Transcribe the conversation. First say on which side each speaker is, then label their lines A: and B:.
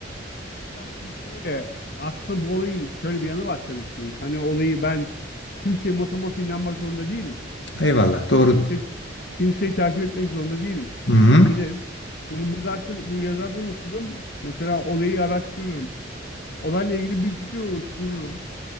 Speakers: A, on the left; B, on the left.
A: Ya şimdi şöyle aslında bu olayın şöyle bir yanı var tabii ki. Hani olayı ben kimseye motomot inanmak zorunda değilim.
B: Eyvallah, doğrudur.
A: Ya Kimseyi, kimseyi takip etmek zorunda değilim.
B: Hı hı.
A: Ben giderim. Bunu bu gazete, bu yazardan okudum. Mesela olayı araştırırım. Olayla ilgili bir fikir oluştururum.